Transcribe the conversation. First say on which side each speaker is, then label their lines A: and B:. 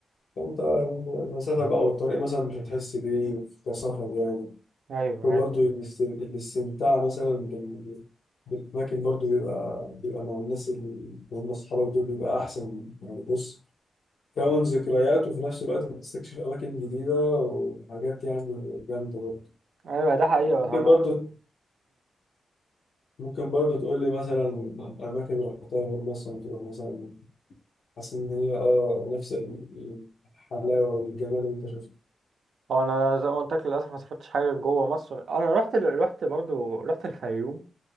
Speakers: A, on the left; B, on the right.
A: فأنت المسافة بقى والطريق مثلا مش هتحس بيه في كصفر يعني
B: أيوه
A: وبرضه
B: أيوه
A: الاست- الاستمتاع مثلا بال... بالأماكن برضه بيبقى بيبقى مع الناس اللي هم أصحابك دول بيبقى أحسن يعني بص تكون ذكريات وفي نفس الوقت بتستكشف أماكن جديدة وحاجات يعني جامدة برضه
B: أيوه ده حقيقة
A: ممكن
B: أنا
A: برضه ممكن برضه تقول لي مثلا أماكن رحتها غير مصر مطروح مثلا حاسس إن هي آه نفس ال- الحلاوة والجمال اللي أنت شفته
B: هو انا زي ما قلت لك للاسف ما سافرتش حاجه جوه مصر انا رحت رحت برضو رحت الفيوم